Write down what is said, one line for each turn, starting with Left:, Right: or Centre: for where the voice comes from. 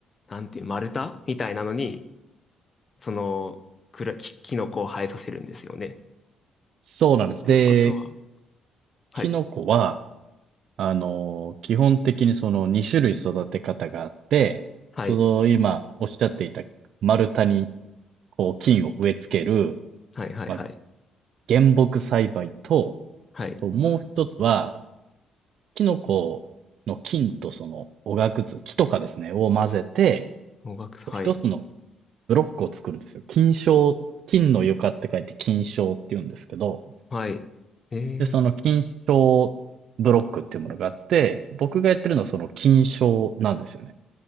Left: なんて、丸太みたいなのに、その、くら、き、キノコを生えさせるんですよね。
Right: そうなんです。
Left: てことは、
Right: で、
Left: はい。
Right: キノコは、あの、基本的にその2種類育て方があって、
Left: はい。
Right: その今おっしゃっていた丸太にこう菌を植え付ける、
Left: はい、はい、
Right: まあ、
Left: はい。
Right: 原木栽培と、
Left: はい。
Right: ともう一つは、キノコの菌とそのおがくず、木とかですね、を混ぜて、
Left: もがく、はい。
Right: こう一つのブロックを作るんですよ。菌床、菌の床って書いて菌床って言うんですけど、
Left: はい。えー、
Right: で、その菌床ブロックっていうものがあって、僕がやってるのはその菌床なんですよね。